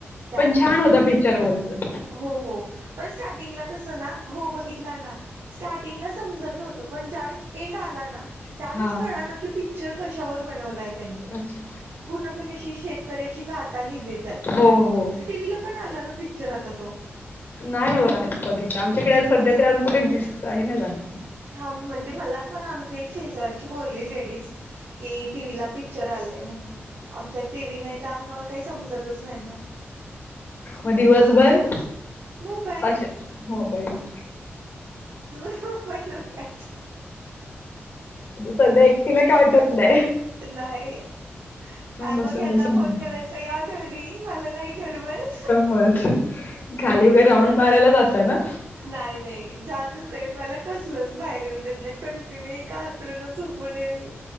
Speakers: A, on the right; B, on the left.
A: त्यामुळं
B: पण छान होतं पिक्चर बोल्लो.
A: हो हो पण स्टार्टींगला कसं ना हो बघितलं ना स्टार्ट टिंगला समझत नव्हतं पण ज्यावेळेस एन्ड आला ना त्यावेळेस
B: हा
A: कळानं कि पी क्चर कश्यावर बनवलाय त्यांनी
B: अच्छा.
A: पूर्णपणे अशी शेतकऱ्याची गाथा लिहिलेत त्यात.
B: हो हो
A: टीव्हीला पण आला ना पिक्चर आता तो.
B: नाही हो आहे बघितला आमच्याकडे सध्या तरी अजून कुठे दिसतं हे ना झालं.
A: हा अं म्हणजे मला पण आमची एक शेजारची बोलली लेडीज कि टीव्हीला पिक्चर आलय म्हणून आमच्या टीव्ही नाही त्यामुळं काही समजतच नाही ना.
B: म दिवसभर
A: मोबाईल
B: अशेच मोबाईल
A: खूप ही नव्ह काय?
B: सध्या एकटीला काटत नाय.
A: नाही आ
B: बसून
A: मंग ह्यांना
B: बसून
A: फोन
B: बघ
A: करायचा या घरी मला नाही करमत.
B: परत खाली वगैरे राऊंड मारायला जाता ना?
A: नाय-नाय जातच नाही मला कसलच बाहेर येऊन देत नाहीत कंटिन्यू एका आतरणच झोपू नये मी.